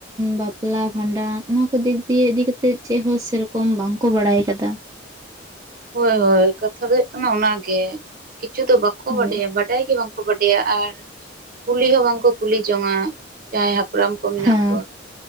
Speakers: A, on the right (about 15°); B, on the right (about 45°).
A: ᱵᱟᱯᱞᱟ ᱵᱷᱟᱸᱰᱟᱱ ᱚᱱᱟ ᱠᱚ ᱫᱤᱠ ᱫᱤᱭᱮ ᱤᱫᱤᱠᱟᱛᱮᱜ ᱪᱮᱫᱦᱚ ᱥᱮᱨᱚᱠᱚᱢ ᱵᱟᱝᱠᱚ ᱵᱟᱲᱟᱭ ᱟᱠᱟᱫᱟ
B: ᱦᱳᱭ ᱦᱳᱭ ᱠᱟᱛᱷᱟ ᱫᱚ ᱦᱩᱭᱩᱜ ᱠᱟᱱᱟ ᱚᱱᱟ ᱜᱮ ᱠᱤᱪᱷᱩ ᱫᱚ ᱵᱟᱠᱚ
A: ᱦᱳᱭ
B: ᱵᱟᱰᱟᱭᱟ ᱵᱟᱰᱟᱭ ᱜᱮ ᱵᱟᱝ ᱠᱚ ᱵᱟᱰᱭᱟ ᱟᱨ ᱠᱩᱞᱤ ᱦᱚᱸ ᱵᱟᱝ ᱠᱚ ᱠᱩᱞᱤ ᱡᱚᱝᱟ ᱡᱟᱦᱟᱸᱭ ᱦᱟᱯᱲᱟᱢ ᱠᱚ ᱢᱮᱱᱟᱜ
A: ᱦᱮᱸ
B: ᱠᱚᱣᱟ